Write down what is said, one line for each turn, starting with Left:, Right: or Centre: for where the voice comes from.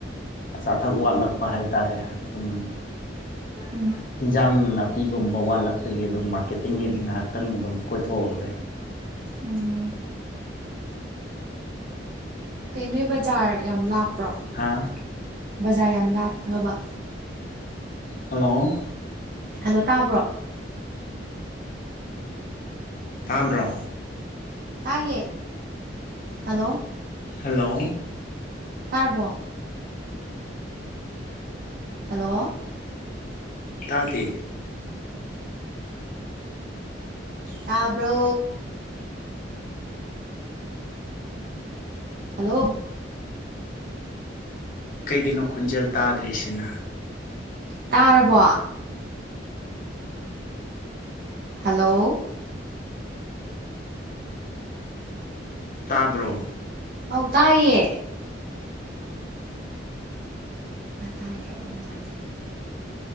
Left: ꯑꯆꯥ ꯑꯊꯛ ꯋꯥꯠꯂꯛꯄ ꯍꯥꯏꯇꯥꯔꯦ ꯑꯗꯨꯝ
Right: ꯎꯝ
Left: ꯏꯟꯖꯥꯡ ꯅꯥ ꯅꯥꯄꯤꯒꯨꯝꯕ ꯋꯥꯠꯂꯛꯄꯒꯤ ꯑꯗꯨꯝ ꯃꯥꯔꯀꯦꯇꯤꯡꯒꯤ ꯉꯥꯏꯍꯥꯛꯇꯪ ꯑꯗꯨꯝ ꯀꯣꯏꯊꯣꯛꯎꯔꯦ
Right: ꯎꯝ ꯀꯩꯅꯣ ꯕꯖꯥꯔ ꯌꯥꯝ ꯂꯥꯞꯄ꯭ꯔꯣ
Left: ꯍꯥꯥ
Right: ꯕꯖꯥꯔ ꯌꯥꯝ ꯂꯥꯞꯄ꯭ꯔꯕ
Left: ꯍꯜꯂꯣ
Right: ꯍꯜꯂꯣ ꯇꯥꯕ꯭ꯔꯣ
Left: ꯇꯥꯕ꯭ꯔꯣ
Right: ꯇꯥꯏꯌꯦ ꯍꯜꯂꯣ
Left: ꯍꯜꯂꯣ
Right: ꯇꯥꯔꯕꯣ ꯍꯜꯂꯣ
Left: ꯇꯥꯗꯦ
Right: ꯇꯥꯕ꯭ꯔꯣ ꯍꯜꯂꯣ
Left: ꯀꯩꯒꯤꯅꯣ ꯈꯣꯟꯖꯦꯜ ꯇꯥꯗ꯭ꯔꯤꯁꯤꯅꯥ
Right: ꯇꯥꯔꯕꯣ ꯍꯜꯂꯣ
Left: ꯇꯥꯕ꯭ꯔꯣ
Right: ꯑꯧ ꯇꯥꯏꯌꯦ ꯃꯥ ꯇꯥꯗ꯭ꯔꯕ ꯃꯥꯜꯂꯦ